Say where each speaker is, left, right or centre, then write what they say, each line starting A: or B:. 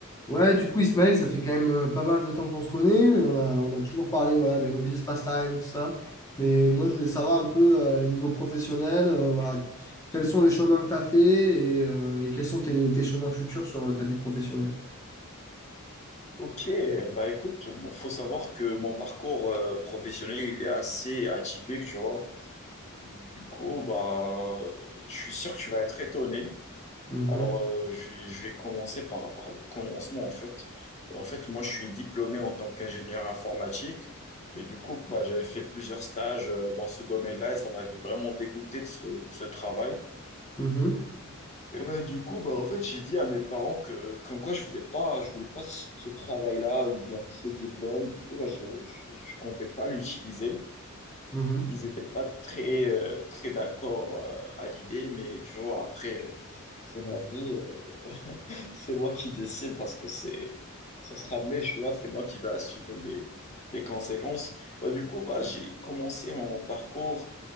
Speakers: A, on the left; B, on the left.
A: Ouais, du coup, Ismaël, ça fait quand même euh, pas mal de temps qu'on se connaît, mais on a, on a toujours parlé voilà, des hobbies, pastimes, tout ça. Mais moi, je voulais savoir un peu, euh, niveau professionnel, euh, voilà, quels sont les chemins que tu as fait et, euh, et quels sont tes, tes chemins futurs sur euh, ta vie professionnelle.
B: Ok, bah écoute, bon, faut savoir que mon parcours euh, professionnel, il est assez atypique, tu vois. Du coup, bah, je suis sûr que tu vas être étonné.
A: Mhm,
B: Alors, euh, je vais, je vais commencer par, par le commencement, en fait. En fait, moi, je suis diplômé en tant qu'ingénieur informatique, mais du coup, bah, j'avais fait plusieurs stages euh, dans ce domaine-là et ça m'avait vraiment dégoûté de ce, de ce travail.
A: mhm,
B: Et ben, du coup, bah, en fait, j'ai dit à mes parents que, comme quoi, je voulais pas, je voulais pas ce ce travail-là ou bien ce diplôme. Du coup, bah, je, je, je comptais pas l'utiliser.
A: mhm,
B: Ils étaient pas très, euh, très d'accord, euh, à l'idée, mais tu vois, après, euh, c'est ma vie, euh, <laughs> c'est moi qui décide parce que c'est, ce sera mes choix, c'est moi qui vais assumer les, les conséquences. Bah, du coup, bah, j'ai commencé mon parcours.